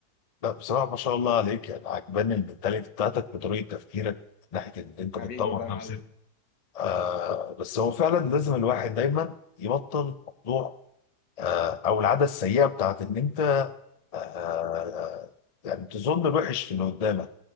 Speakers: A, on the left (about 50°); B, on the left (about 85°).
A: لا بصراحة ما شاء الله عليك يعني عجباني المنتاليتي بتاعتك بطريقة تفكيرك من ناحية إن أنت
B: حبيبي
A: بتطور
B: والله يا
A: نفسك
B: معلم
A: آه بس هو فعلا لازم الواحد دايما يبطل موضوع آه أو العادة السيئة بتاعت إن أنت آه آه، يعني تظن الوحش في اللي قدامك